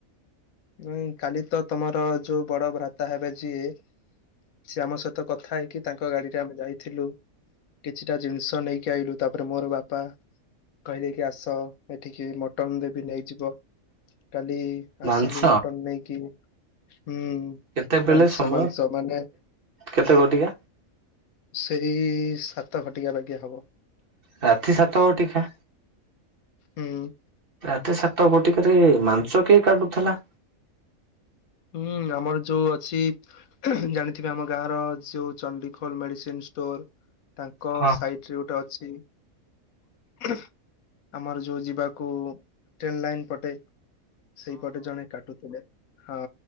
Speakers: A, on the left; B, on the right.
A: ନାଇଁ କାଲି ତ ତମର ଯୋଉ ବଡ ଭ୍ରାତା ହେବେ ଯିଏ ସିଏ ଆମ ସହିତ କଥା ହେଇକି ତାଙ୍କ ଗାଡି ଆମେ ଯାଇଥିଲୁ କିଛିଟା ଜିନିଷ ନେଇକି ଆଇଲୁ ତାପରେ ମୋର ବାପା କହିଲେ କି ଆସ ଏଠିକି ମଟନ ଦେବି ନେଇଯିବ କାଲି
B: ମାଂସ
A: ଆସିଲୁ ମଟନ ନେଇକି। ହୁଁ
B: କେତେବେଳେ
A: ମାଂସ
B: ସମୟ
A: ମାଂସ ମାନେ
B: କେତେ ଘଟିକା
A: ସେଇ ସାତ ଘଟିକା ଲାଗି ହବ।
B: ରାତି ସାତ ଘଟିକା?
A: ହୁଁ।
B: ରାତି ସାତ ଘଟିକାରେ ମାଂସ କିଏ କାଟୁଥିଲା?
A: ହୁଁ ଆମର ଯୋଉ ଅଛି ଜାଣିଥିବେ ଆମ ଗାଁ ର ଯୋଉ ଚଣ୍ଡିଖୋଲ ମେଡିସିନ ଷ୍ଟୋର ତାଙ୍କ
B: ହଁ
A: ସାଇଟ୍ ରେ ଗୋଟେ ଅଛି ଆମର ଯୋଉ ଯିବାକୁ ଟ୍ରେନ ଲାଇନ ପଟେ। ସେଇପଟେ ଜଣେ କାଟୁଥିଲେ ହଁ।